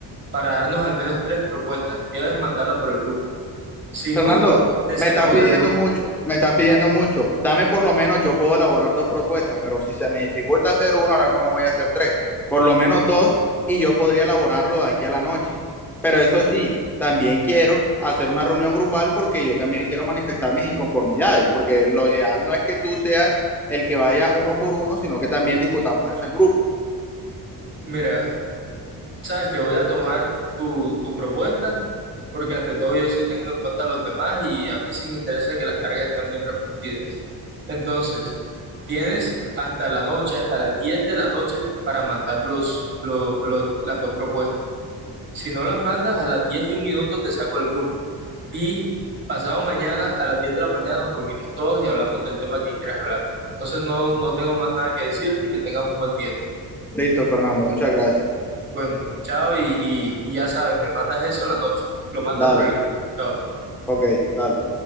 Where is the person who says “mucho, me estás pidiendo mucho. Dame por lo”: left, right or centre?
Centre